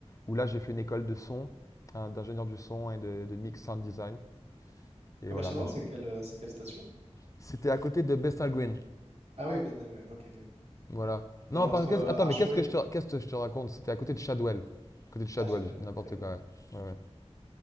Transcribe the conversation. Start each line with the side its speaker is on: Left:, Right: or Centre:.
Left: où là, j'ai fait une école de son, hein, d'ingénieur du son et de, de mix sound design. Et
Right: Commercial
Left: voilà, mais
Right: Road,
Left: j-
Right: c'est quelle, euh, c'est quelle station?
Left: c'était à côté de Bethnal Green.
Right: Ah oui, Midnight Ring, ok, ok.
Left: Voilà. Non,
Right: Et entre
Left: par- qu'est-ce-
Right: euh,
Left: attends,
Right: Archway...
Left: mais qu'est-ce que je te, qu'est-ce que je te raconte? C'était à côté de Shadwell. À côté de Shadwell,
Right: Ah, Shadwell,
Left: je dis n'importe
Right: ok.
Left: quoi, ouais. Ouais, ouais.